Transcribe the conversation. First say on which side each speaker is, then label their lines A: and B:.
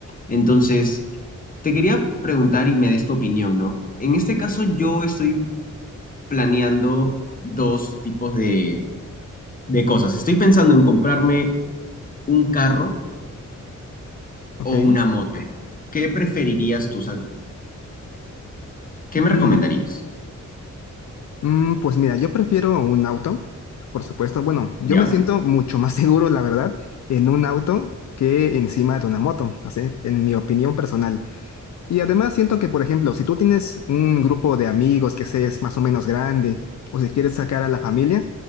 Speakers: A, on the left; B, on the left.
A: Entonces, te quería preguntar y me des tu opinión, ¿no? En este caso, yo estoy planeando dos tipos de, de cosas. Estoy pensando en comprarme un carro
B: ¿ok?
A: o una moto. ¿Qué preferirías tú? O sea, ¿qué
B: Mm,
A: me recomendarías?
B: mm, pues mira, yo prefiero un auto, por supuesto. Bueno, yo
A: ¿Ya?
B: me siento mucho más <laughs> seguro, la verdad, en un auto que encima de una moto, así, en mi opinión personal. Y además siento que, por ejemplo, si tú tienes un grupo de amigos que se es más o menos grande, o si quieres sacar a la familia,